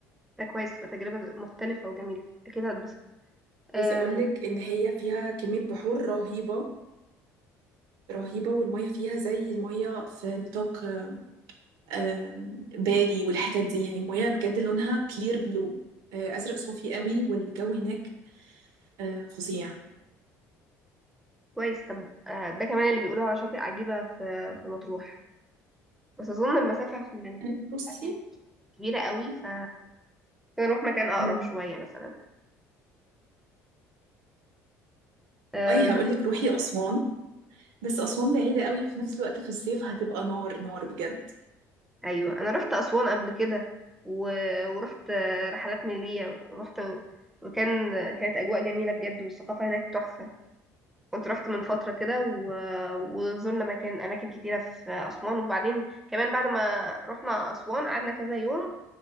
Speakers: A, in the centre; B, on the right.
A: ده كويس تبقى تجربه مختلفه وجميله اكيد هتبسط أم،
B: عايزه اقول لك ان هي فيها كميه بحور رهيبه رهيبة والمية فيها زي المية في نطاق آم، بالي والحتت دي يعني المية بجد لونها كلير بلو آه، أزرق صافي قوي والجو هناك آه، فظيع
A: كويس طب آه، ده كمان اللي بيقولوا على شاطئ عجيبة في في مطروح بس أظن المسافة من
B: آه، بصي
A: أتين كبيرة قوي ف نروح مكان أقرب
B: مم،
A: شوية مثلا أم...
B: والله هقول لك روحي أسوان بس أسوان بعيدة قوي في نفس الوقت في الصيف هتبقى نار نار بجد
A: أيوة أنا رحت أسوان قبل كده و... ورحت آه، رحلات نيلية رحت وكان كانت أجواء جميلة بجد والثقافة هناك تحفة كنت رحت من فترة كده و... وزرنا مكان أماكن كتيرة في أسوان وبعدين كمان بعد ما رحنا أسوان قعدنا كذا يوم